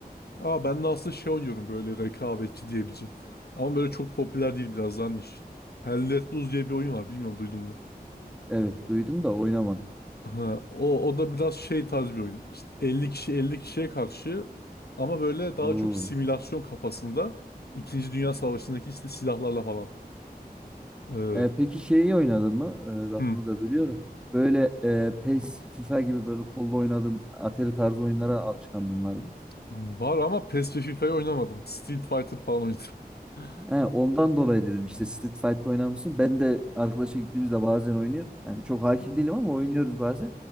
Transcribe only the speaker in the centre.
Evet duydum da oynamadım.
Oo.
Ee, peki şeyi oynadın mı? Ee, lafını
da bölüyorum. Böyle e, PES, FIFA gibi böyle kolla oynadığımız Atari tarzı oyunlara alışkanlığın var mı?
He, ondan dolayı dedim işte Street Fighter oynar mısın? Ben de arkadaşa gittiğimizde bazen oynuyor. Yani çok hakim değilim ama oynuyoruz bazen.